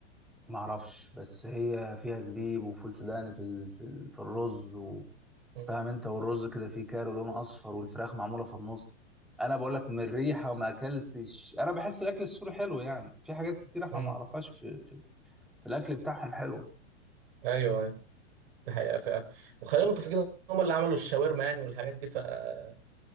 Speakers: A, in the centre; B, on the right.
A: معرفش بس هي فيها زبيب وفول سوداني في ال... في, ال... في الرز و...
B: مم.
A: فاهم انت والرز كده فيه كارو لونه اصفر والفراخ معموله في النص انا بقول لك من الريحه وما اكلتش انا بحس الاكل السوري حلو يعني في حاجات كتير احنا
B: مم.
A: ما نعرفهاش في... في في الاكل بتاعهم حلوه
B: ايوه ايوه دي حقيقة فعلا وخلينا متفقين ان هم اللي عملوا الشاورما يعني والحاجات دي فحاجة